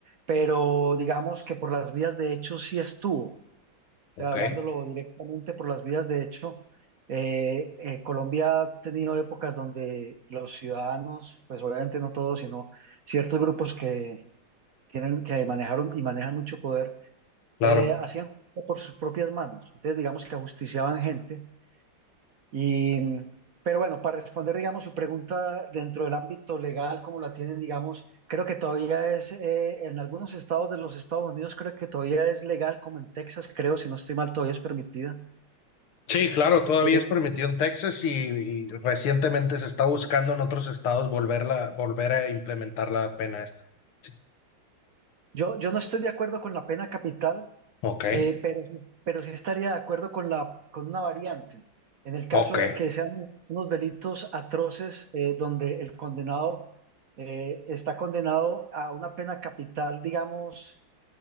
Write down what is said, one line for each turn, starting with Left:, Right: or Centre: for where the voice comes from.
Right: pero digamos que por las vías de hecho sí estuvo. O
Left: Ok,
Right: sea, hablándolo directamente por las vías de hecho, eh, eh, Colombia ha tenido épocas donde los ciudadanos, pues obviamente no todos, sino ciertos grupos que tienen, que manejaron y manejan mucho poder,
Left: claro.
Right: eh, hacían justicia por sus propias manos. Entonces, digamos que ajusticiaban gente y, pero bueno, para responder, digamos, su pregunta dentro del ámbito legal, como la tienen, digamos, creo que todavía es, eh, en algunos estados de los Estados Unidos, creo que todavía es legal, como en Texas, creo, si no estoy mal, todavía es permitida.
Left: Sí, claro, todavía
Right: Eh,
Left: es permitido en Texas y, y recientemente se está buscando en otros estados volverla, volver a implementar la pena esta. Sí.
Right: yo, yo no estoy de acuerdo con la pena capital,
Left: Ok,
Right: eh, pero, pero sí estaría de acuerdo con la, con una variante. En el caso
Left: ok,
Right: de que sean unos delitos atroces eh, donde el condenado eh, está condenado a una pena capital, digamos,